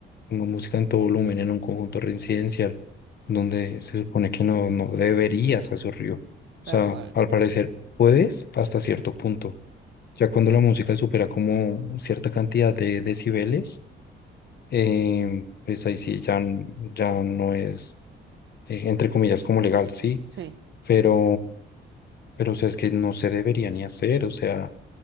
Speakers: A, on the left; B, on the right.
A: ponga música en todo volumen en un conjunto residencial donde se supone que no, no deberías hacerlo? O
B: tal
A: sea,
B: cual.
A: al parecer puedes hasta cierto punto. Ya cuando la música supera como cierta cantidad de decibeles, em, pues ahí sí ya, n- ya no es, eh, entre comillas, como legal, sí,
B: Sí,
A: pero, pero o sea, es que no se debería ni hacer, o sea.